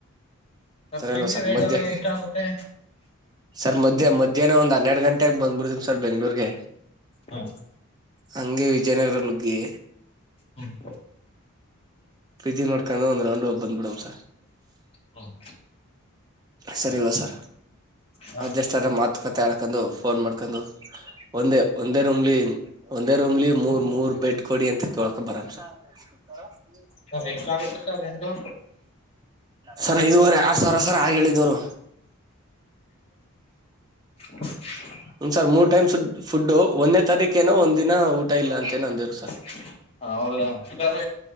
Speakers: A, on the right; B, on the left.
A: ಸರಿಲ್ಲ
B: ಪಿ ಜಿ
A: ಸರ್
B: ರೇಟ್
A: ಮದೆ
B: ಎಲ್ಲ ಎಷ್ಟಾಗುತ್ತೆ
A: ಸರ್ ಮಧ್ಯಾಹ ಮ್ಯಾಹ್ನ ಒ್ ಹೆರ ಗಂಟೆಗೆ ಬಂದಬಿರ್ತಮ್ ಸರ್ ಬೆಂಗಗಳೂರ್ಗೆ
B: ಹಾ
A: ಹಂಗೆ ವಿಜಯನಗರ ನುಗ್ಗಿ
B: ಹ್ಮ್
A: ಜ್ ನೋಕೊಂಡ್ರ ಒಂದು ರೌ್ ಒಬ ಬಂದ್ ಬಿಡಮ ಸರ್
B: ಹ್ಮ್
A: ಸರಿ ಇಲ್ವಾ ಸರ್
B: ಹಾ
A: ಅಡ್ಜಸ್ಟ್ ಆದರೆ ಮಾತು ಕತೆ ಹೇಳ್ಕೊಂಡು ಫೋನ್ ಮಾಡ್ಕೊಂಡು ಒಂದೇ ಒಂದೇ ರೂಮ್ಲಿ ಒಂದೇ ರೂಮ್ಲಿ ಮೂರ್ ಮೂರ್ ಬೆಡ್ ಕೊಡಿ ಅಂತ ಕಕ ಬರಂಸರ್ <unintelligible>
B: ಸರ್ ಎಷ್ಟ ಆಗುತ್ತೆ ಸರ್ ರೆಂಟು
A: ಸರ್ ಐದುವರೆ ಆರ್ ಸಾವಿರ ಸರ್ ಆ ಹೇಳಿದರು
B: <unintelligible>
A: ಹ್ ಸರ್ ಮೂರ್ ಟೈಮ್ ಸುಡ್ ಫುಡ್ ಒಂದೇ ತಾರೀಕೇನೋ ಒಂದ್ ದಿನ ಊಟ ಇಲ್ಲ ಅಂತಏ ಅಂದೇ್ರು ಸರ್
B: ಹ ಹೌದಾ ಸರ್